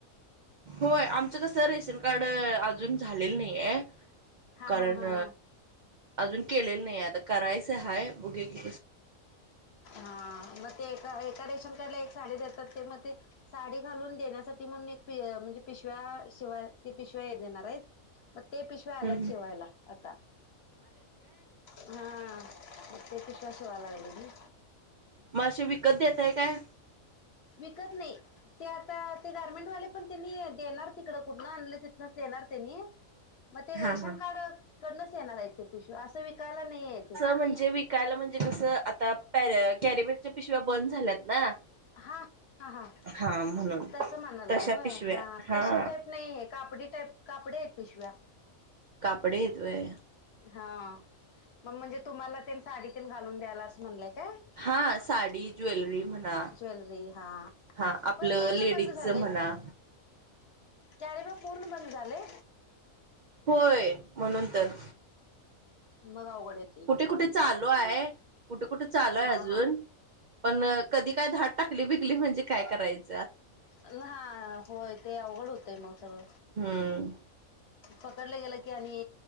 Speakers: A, on the right; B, on the left.
A: होय आमचं कसं रेशन कार्ड अजून झालेलं नाही आहे.
B: हा
A: कारण
B: हा हा हा.
A: अजून केलेलं नाही आता करायचं हाय बुकिंग.
B: हा मग ते एका एका रेशन कार्ड ला एक साडी देतात ते मग तेजेवण. साडी घालून देण्यासाठी म्हणून एक म्हणजे पिशव्या शिवाय. ते पिशव्या हे देणार आहेत मग ते पिशव्या आल्यात
A: हम्म हम्म
B: शिवायला आता. हा म ते पिशव्या शिवाल लागली ती.
A: म असे विकत देताय काय.
B: विकत नाही ते आता ते गारमेंट वाले पण त्यांनी. येणार तिकड कुठन आण तिथनच येणार ते नाही मग ते रेशन
A: हा हा
B: कार्ड कडनच येणार आहेत. ते पिशव्या असं विकायला नाही येत.
A: म्हणजे वीक. कायला म्हणजे कस आता पॅर कॅरेबकच्या पिशव्या बंद झाल्यात ना.
B: हा ह
A: हा म्हणून
B: तस म्हणालाय
A: तशा
B: होय
A: पिशव्या
B: ह
A: हा.
B: तश का नाही हे कापडी टाईप कापडे आहेत पिशव्या.
A: कापडी येत होय.
B: हा मग म्हणजे तुम्हाला ते साडी ते घालून द्यायला असं म्हणलंय काय.
A: हा साडी ज्वेलरी म्हणा.
B: ज्वेलरी हा
A: हा आपलं
B: होय पूर्ण
A: लेडीज
B: बंद झालय
A: म्हणा.
B: कॅरीबॅग पूर्ण बंद झाले.
A: होय म्हणून तर.
B: मंग अवघड आहे.
A: कुठे कुठे चालू आहे कुठे कुठे चालू आहे
B: हा
A: अजून.
B: हा
A: पण कधी काय धाड टाकली बिकली म्हणजे काय करायच.
B: हा होय ते अवघड होतंय मग सगळ.
A: हम्म.
B: पकडलं गेलं की आणि.